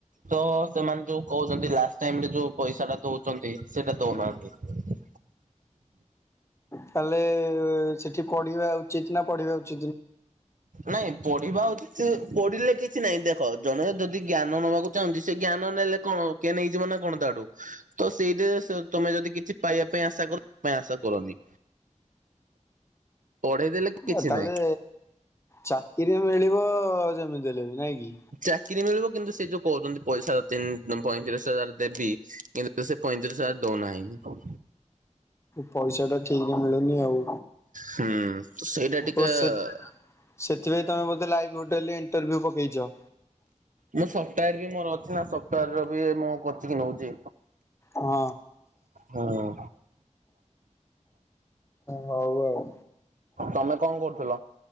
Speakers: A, on the right; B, on the left.
A: ତ ସେମାନେ ଯୋଉ କହୁଛନ୍ତି ଲାଷ୍ଟ ଟାଇମ ରେ ଯୋଉ ପଇସା ଟା ଦଉଛନ୍ତି ସେଇଟା ଦଉନାହାନ୍ତି।
B: ତାହଲେଏ ସେଠି ପଢିବା ଉଚିତ ନା ପଢିବା ଉଚି
A: ନାଇଁ ପଢିବା ଉଚିତ ପଢିଲେ କି କିଛି ନାଇଁ ଦେଖ ଜଣେ ଯଦି ଜ୍ଞାନ ନବାକୁ ଚାହୁଁନ୍ତି ସେ ଜ୍ଞାନ ନେଲେ କଣ କିଏ ନେଇଯିବ ନା କଣ ତାଠୁ। ତ ସେଇଥିରେ ତମେ ଯଦି କିଛି ପାଇବା ପାଇଁ ଆଶା କର ସେ ପାଇଁ ଆଶା କରନି। ପଢେଇ ଦେଲେ କିଛି
B: ଆ ତାହେଲେ
A: ନାହିଁ
B: ଚାକିରି ମିଳିବ ଯେମିତି ହେଲେ ବି। ନାଇଁ କି?
A: ଚାକିରି ମିଳିବ କିନ୍ତୁ ସେ ଯୋଉ କହୁଚନ୍ତି ପଇସା ପଇଁତିରିଶ ହଜାର ଦେବି କିନ୍ତୁ ସେ ପଇଁତିରିଶ ହଜାର ଦଉନାହିଁ
B: ପଇସା ଟା ଠିକ ରେ ମିଳୁନି ଆଉ
A: ହୁଁ ସେଇଟା ଟିକେ
B: ଓ ସେ ସେଥିପାଇଁ ତମେ ବୋଧେ ଲାଇଭ ଗୋଟ ଲେ ଇଣ୍ଟରଭ୍ୟୁ ପକେଇଛ।
A: ମୁଁ ସଫଟାର ବି ମୋର ଅଛି ନା ସଫ୍ଟାର ର ବି ମୁଁ କୋଚିଙ୍ଗ ନଉଚି।
B: ହଁ
A: ହଁ
B: ହଉ ଆଉ।
A: ତମେ କଣ କରୁଥିଲ?